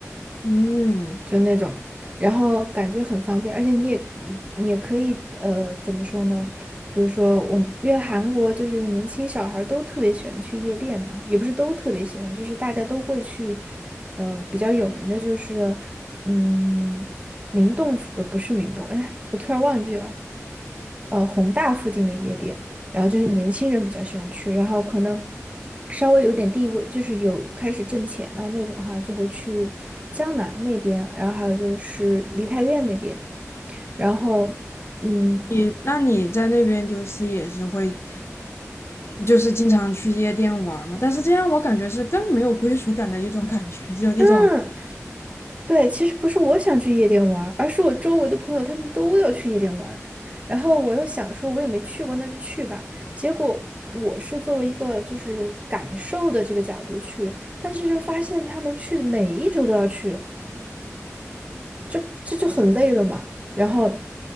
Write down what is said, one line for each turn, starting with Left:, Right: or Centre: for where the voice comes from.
Left: 嗯，
Right: 就那种，然后感觉很方便，而且你也你也可以呃，怎么说呢？比如说我，因为韩国就是年轻小孩儿都特别喜欢去夜店嘛，也不是都特别喜欢，就是大家都会去，呃，比较有名的就是，嗯，明洞府，呃，不是明洞，哎，我突然忘记了，呃宏大附近的夜店，然后就是年轻人比较喜欢去，
Left: 嗯
Right: 然后可能稍微有点地位，就是有开始挣钱啊那种哈，就会去江南那边，然后还有就是梨泰院那边，然后嗯
Left: 你那你在那边就是也是会，就是经常去夜店玩儿嘛？但是这样我感觉是更没有归属感的一种感觉，就那种。
Right: 嗯，对，其实不是我想去夜店玩儿，而是我周围的朋友他们都要去夜店玩，然后我又想说我也没去过，那就去吧，结果。我是作为一个就是感受的这个角度去，但是就发现他们去每一周都要去，就这就很累了嘛。然后，